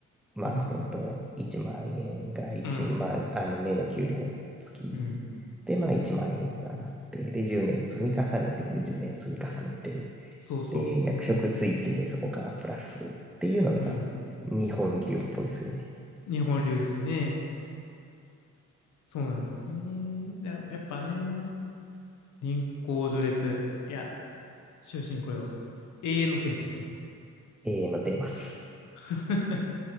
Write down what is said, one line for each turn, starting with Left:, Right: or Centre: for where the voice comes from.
Centre: まあ本当1万円が一まああの年の給料付き
Left: うん、うん、うん。
Centre: でまあ1万円ずつ上がって、で10年積み重ねて20年積み重ねて、
Left: そうそ
Centre: で役職ついてそこからプラスっていうのが
Left: う。うん。
Centre: 日本流っぽいですよね。
Left: 日本流ですね。そうなんですよね。だやっぱね、年功序列。いや、終身雇用。永遠のテーマですね。
Centre: 永遠のテーマです。
Left: <laughs>